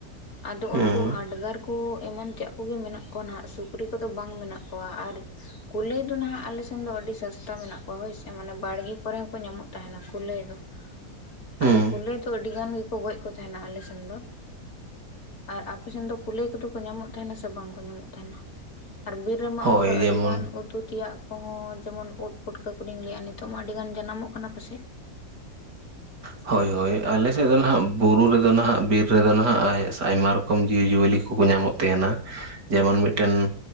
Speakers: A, on the left; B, on the right.
A: ᱟᱫᱚ
B: ᱦᱩᱸ
A: ᱩᱱᱠᱩ ᱦᱟᱰᱜᱟᱨ ᱠᱩ ᱮᱢᱟᱱ ᱛᱮᱭᱟᱜ ᱠᱚᱜᱮ ᱢᱮᱱᱟᱜ ᱠᱚᱣᱟ ᱱᱟᱦᱟᱜ ᱥᱩᱠᱨᱤ ᱠᱚᱫᱚ ᱵᱟᱝ ᱢᱮᱱᱟᱜ ᱠᱚᱣᱟ ᱟᱨ ᱠᱩᱞᱟᱹᱭ ᱫᱚ ᱱᱟᱦᱟᱜ ᱟᱞᱮ ᱥᱮᱱ ᱫᱚ ᱟᱹᱰᱤ ᱥᱚᱥᱛᱟ ᱢᱮᱱᱟᱜ ᱠᱚᱣᱟ ᱦᱳᱭ ᱥᱮ᱾ ᱢᱟᱱᱮ ᱵᱟᱲᱜᱮ ᱠᱚᱨᱮ ᱦᱚᱸᱠᱚ ᱧᱟᱢᱚᱜ ᱛᱟᱦᱮᱱᱟ ᱠᱩᱞᱟᱹᱭ ᱫᱚ᱾
B: ᱦᱩᱸ
A: ᱟᱫᱚ ᱠᱩᱞᱟᱹᱭ ᱫᱚ ᱟᱹᱰᱤ ᱜᱟᱱ ᱜᱮᱠᱚ ᱜᱚᱡ ᱠᱚ ᱛᱟᱦᱮᱱᱟ ᱟᱞᱮ ᱥᱮᱱ ᱫᱚ᱾ ᱟᱨ ᱟᱯᱮ ᱥᱮᱱ ᱫᱚ ᱠᱩᱞᱟᱹᱭ ᱠᱚᱫᱚ ᱠᱚ ᱧᱟᱢᱚᱜ ᱛᱟᱦᱮᱱᱟ ᱥᱮ ᱵᱟᱝᱠᱚ ᱧᱟᱢᱚᱜ ᱛᱟᱦᱮᱱᱟ? ᱟᱨ ᱵᱤᱨ ᱨᱮᱢᱟ
B: ᱦᱳᱭ
A: ᱚᱱᱠᱟ ᱟᱹᱰᱤ
B: ᱡᱮᱢᱚᱱ
A: ᱜᱟᱱ ᱩᱛᱩ ᱛᱮᱭᱟᱜ ᱠᱚᱦᱚᱸ ᱡᱮᱢᱚᱱ ᱩᱫ ᱯᱩᱚᱴᱠᱟᱹ ᱠᱚ᱾ ᱞᱤᱧ ᱞᱟᱹᱭᱟ ᱱᱤᱛᱚᱜ ᱢᱟ ᱟᱹᱰᱤ ᱜᱟᱱ ᱡᱟᱱᱟᱢᱚᱜ ᱠᱟᱱᱟ ᱯᱟᱥᱮᱡ?
B: ᱦᱳᱭ ᱦᱳᱭ ᱟᱞᱮ ᱥᱮᱫ ᱫᱚ ᱱᱟᱦᱟᱜ ᱵᱩᱨᱩ ᱨᱮᱫᱚ ᱱᱟᱦᱟᱜ ᱵᱤᱨ ᱨᱮᱫᱚ ᱱᱟᱦᱟᱜ ᱟᱭᱢᱟ ᱨᱚᱠᱚᱢ ᱡᱤᱣᱤᱼᱡᱤᱭᱟᱹᱞᱤ ᱠᱚᱠᱚ ᱧᱟᱢᱚᱜ ᱛᱟᱦᱮᱱᱟ᱾ ᱡᱮᱢᱚᱱ ᱢᱤᱫᱴᱮᱱ